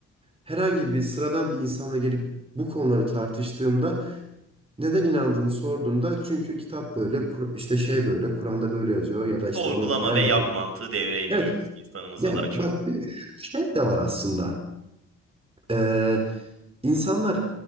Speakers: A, on the right; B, on the right.
A: herhangi bir sıradan bir insanla gelip bu konuları tartıştığımda neden inandığını sorduğumda çünkü kitap böyle Kur- işte şey böyle Kur'an'da böyle yazıyor ya da işte
B: Sorgulama
A: bunu herhangi
B: ve yap
A: bir
B: mantığı devreye giriyor
A: evet
B: bizim insanımızda
A: ya
B: daha çok.
A: bak bir şey de var aslında Ee, insanlar